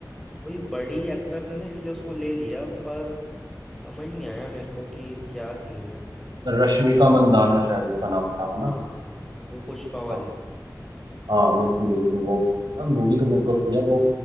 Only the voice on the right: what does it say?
रश्मिका मंदाना शायद उसका नाम था है
ना
हाँ हाँ बिल्कुल बिल्कुल वो ना मूवी तो मेरे को यार वो